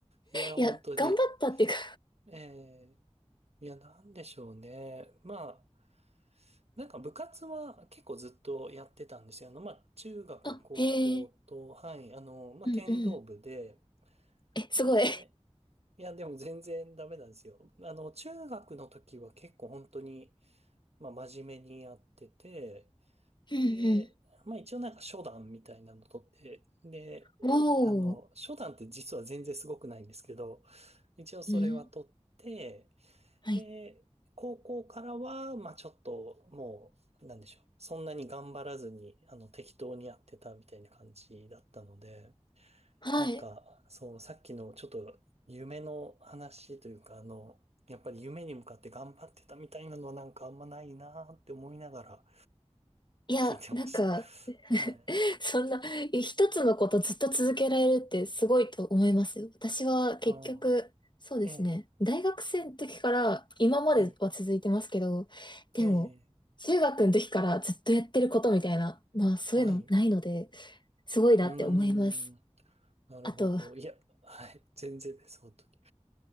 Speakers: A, on the right; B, on the left.
A: いや、
B: いや、
A: 本当に、
B: 頑張ったっていうか
A: えー、いや、なんでしょうね。まあ、なんか部活は結構ずっとやってたんですよ。あの、まあ、中学、
B: あ、
A: 高校と、
B: へえ。
A: はい、あの、まあ、
B: うんうん。
A: 剣道部で、
B: え、すごい。
A: で、いや、でも全然ダメなんですよ。あの、中学の時は結構本当に、まあ、真面目にやってて、
B: うん
A: で、まあ一応なんか初段みたいなの取って、で、
B: うん。おお。
A: あの、初段って実は全然すごくないんですけど、一応それは取って、
B: うん。はい。
A: で、高校からは、まあちょっともう、なんでしょう。そんなに頑張らずに、あの、適当にやってたみたいな感じだったので、
B: はい。
A: なんか、そう、さっきのちょっと夢の話というか、あの、やっぱり夢に向かって頑張ってたみたいなのはなんかあんまないなーって思いながら
B: いや、
A: 聞いてました。
B: なんか <laughs>
A: はい。
B: そんな、一つのことずっと続けられるってすごいと思いますよ。私は結局、
A: ああ、
B: そうですね。
A: ええ、
B: 大学生の時から今までは続いてますけど、
A: はい、
B: でも、
A: ええ、
B: 中学の時からずっとやってることみたいな、まあそういうのないので、
A: はい。
B: すごいなって思います。
A: うーん、なるほど。
B: あと、
A: いや、はい、全然です、本当に。